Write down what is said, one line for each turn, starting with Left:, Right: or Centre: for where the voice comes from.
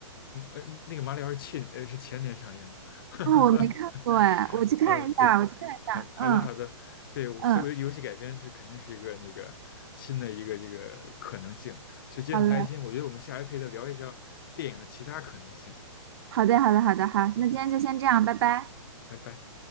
Left: 嗯呃，那个马里奥是去呃是前年上映的，
Right: 啊、我没看过哎，
Left: <laughs>
Right: 我去看一下，
Left: 呃，对，
Right: 我去看一下，
Left: 好好的好的，
Right: 嗯
Left: 对，我所以我觉得游戏改编是肯定是一个那个新的一个这个可能性。
Right: 嗯，
Left: 所以今天很开心，
Right: 好嘞，
Left: 我觉得我们下回可以再聊一下电影的其他可能性。
Right: 好的好的好的好，那今天就先这样，拜拜。
Left: 拜拜。